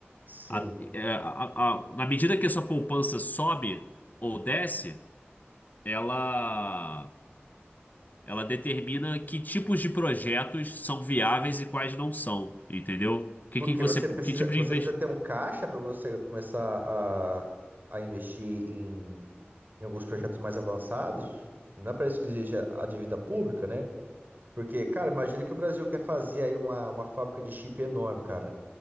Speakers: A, on the right; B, on the left.
A: Sim.
B: A- é, a- a- a- na medida que a sua poupança sobe ou desce, ela Ela determina que tipos de projetos são viáveis e quais não são, entendeu? Que
A: Porque
B: que você,
A: você precisa,
B: que tipo de
A: você
B: investimento?
A: precisa ter um caixa para você começar a, a investir em, em alguns projetos mais avançados. Não é para isso que existe a, a dívida pública, né? Porque, cara, imagina que o Brasil quer fazer aí uma, uma fábrica de chip enorme, cara.